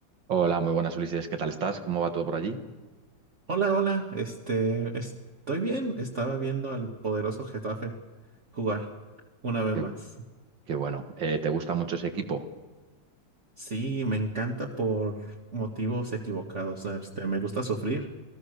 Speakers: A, on the right; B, on the right.
A: Hola, muy buenas Ulises, ¿qué tal estás? ¿Cómo va todo por allí?
B: Hola, hola. Este, estoy bien. Estaba viendo al poderoso Getafe jugar una vez
A: Qué,
B: más.
A: qué bueno, Eh, ¿te gusta mucho ese equipo?
B: Sí, me encanta por motivos equivocados. Este, me gusta sufrir.